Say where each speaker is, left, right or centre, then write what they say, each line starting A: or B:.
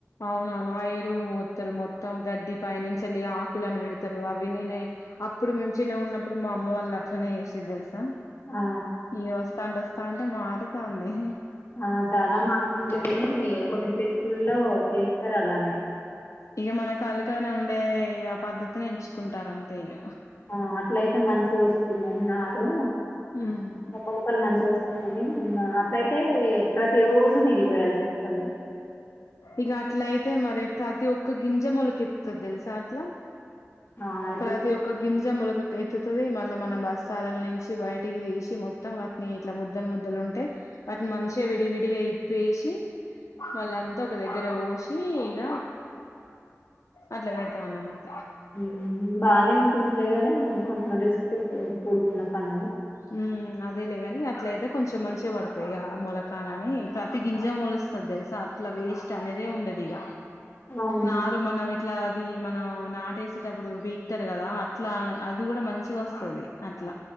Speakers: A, on the left; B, on the left.
A: అవునవును ఆ ఎరువు పోత్తరు మొత్తం గడ్డి పయినుంచెలి ఆకులను పెడతరు అవి నేనే అప్పుడు మేము చిన్నగున్నప్పుడు మా అమ్మ వాళ్ళు అట్లనే చేసేది దెల్స్ స
B: ఆ
A: ఇగ వస్తాంటోస్థాంటే మారుతాంది
B: ఆ చాలా మారుతుంది లేగనీ ఇగ కొన్ని ప్లేసులల్లో చేస్తరలానే
A: ఇగ మనకలగనే ఉండే ఇగ పద్ధతినే ఎంచుకుంటారంతే ఇగ
B: ఆ అట్లయితే మంచిగొస్తుందని నారు
A: ఉమ్
B: లోపల మంచిగొస్తుందని ఇంగ అట్లయితే ప్రతి రోజు నీళ్లు పోయాల్సోస్తది
A: ఇగ అట్లయితే మరి ప్రతి ఒక్క గింజ మొలకెత్తుతది దెల్సా అట్లా
B: ఆ అయితే
A: ప్రతి ఒక్ ఒక్క గింజ మొలకక్ ఎత్తుతది మళ్ళ మనం బస్తాలల్ నించి బయటికి తీసి మొత్తం వాట్ ని ఇట్ల ముద్దలు ముద్దలు ఉంటే వాటిని మంచిగ విడివిడిగా ఇప్పేసి వాళ్ళన్ త ఒక దగ్గర పోషి ఇగ అట్ల పెడతమన్నమాట్
B: ఉమ్ బానే ఉంటుందిలేగని కొంచం రిస్క్ తో కు కూడుకున్న పనది
A: ఉమ్ అదేలేగని అట్లయితే కొంచెం మంచిగ పడతయి గదా మొలకనని ప్రతి గింజ మొలుస్ స్తది దెల్సా అట్లా వేస్ట్ అనేదే ఉండదిగ
B: అవును
A: నారు మనం ఎట్ అట్ల అది మనం నాటేసేటప్పుడు పీక్తరు పెట్టారు కదా అట్లా అది గూడ మంచిగొస్తది అట్ల